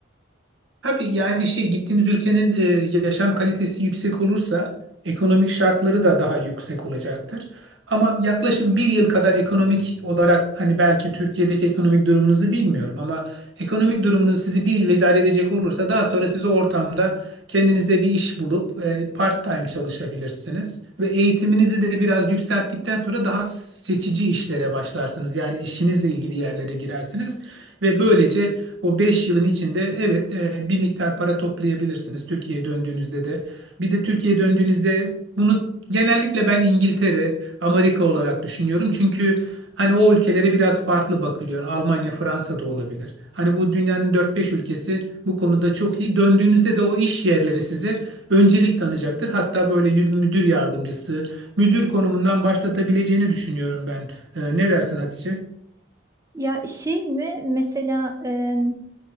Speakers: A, on the right (about 80°); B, on the right (about 15°).
A: Abi yani şey gittiğiniz ülkenin e, yaşam kalitesi yüksek olursa ekonomik şartları da daha yüksek olacaktır. Ama yaklaşık bir yıl kadar ekonomik olarak hani belki Türkiye'deki ekonomik durumunuzu bilmiyorum ama ekonomik durumunuz sizi bir yıl idare edecek olursa daha sonra siz o ortamda kendinize bir iş bulup e, part-time çalışabilirsiniz ve eğitiminizi de biraz yükselttikten sonra daha seçici işlere başlarsınız. Yani işinizle ilgili yerlere girersiniz ve böylece o 5 yılın içinde evet e, bir miktar para toplayabilirsiniz Türkiye'ye döndüğünüzde de. Bir de Türkiye'ye döndüğünüzde bunu genellikle ben İngiltere, Amerika olarak düşünüyorum. Çünkü hani o ülkelere biraz farklı bakılıyor. Almanya, Fransa da olabilir. Hani bu dünyanın dört beş ülkesi bu konuda çok iyi. Döndüğünüzde de o iş yerleri size öncelik tanıyacaktır. Hatta böyle yü- müdür yardımcısı, müdür konumundan başlatabileceğini düşünüyorum ben. E, ne dersin Hatice?
B: Ya şey mi mesela em,